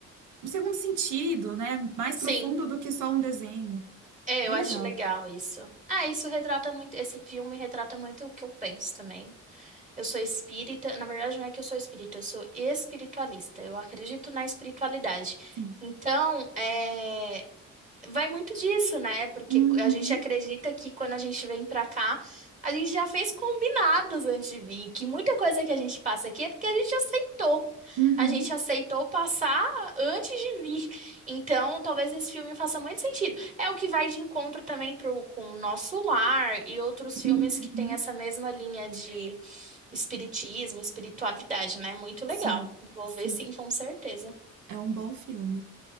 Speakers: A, on the right; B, on the right.
A: um segundo sentido, né? Mais
B: Sim.
A: profundo do que só um desenho.
B: É,
A: Bem
B: eu acho
A: legal.
B: legal isso. Ah, isso retrata muito, esse filme retrata muito o que eu penso também. Eu sou espírita, na verdade não é que eu sou espírita, eu sou espiritualista. Eu acredito na espiritualidade.
A: Sim.
B: Então, é, vai muito disso, né? Porque
A: Uhum,
B: a gente acredita que quando a gente vem pra cá, a gente já fez combinados antes de vir, que muita coisa que a gente passa aqui é porque a gente aceitou.
A: uhum,
B: A gente aceitou passar antes de vir. Então, talvez esse filme faça muito sentido. É o que vai de encontro também pro, com o Nosso Lar e outros filmes
A: uhum.
B: que têm essa mesma linha de espiritismo, espiritualidade, né? Muito
A: Sim,
B: legal. Vou
A: sim.
B: ver sim, com certeza.
A: É um bom filme.